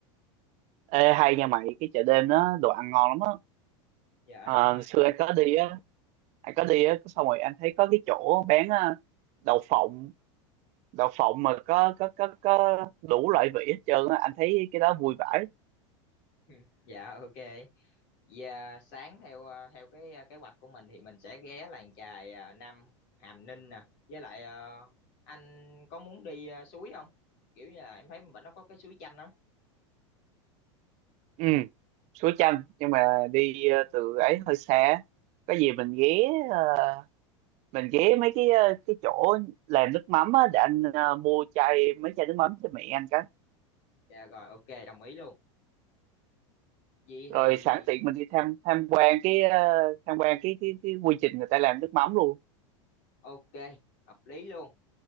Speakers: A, on the right; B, on the left.
A: Ê, hay nha mày cái chợ đêm đó đồ ăn ngon lắm á
B: Dạ
A: Ờ,
B: đúng rồi.
A: xưa anh có đi á anh có đi á xong rồi anh thấy có cái chỗ bán ờ, đậu phộng đậu phộng mà có có có có đủ loại vị hết trơn á anh thấy cái đó vui vãi
B: <laughs> Dạ ok. Và sáng theo ờ, theo cái ờ, kế hoạch của mình thì mình sẽ ghé làng chài ờ, Nam Hàm Ninh nè. Với lại ờ, anh có muốn đi ờ, suối không? Kiểu như là em thấy bệnh nó có cái suối chanh á.
A: ừ suối chanh nhưng mà đi ờ, từ ấy hơi xa có gì mình ghé ờ, mình ghé mấy cái ờ, cái chỗ làm nước mắm á để anh ờ, mua chai mấy chai nước mắm cho mẹ anh cái
B: Dạ rồi ok đồng ý luôn. Vậy
A: rồi
B: thì
A: sẵn tiện mình đi tham tham quan cái ờ, tham quan cái cái cái quy trình người ta làm nước mắm luôn
B: ok hợp lý luôn.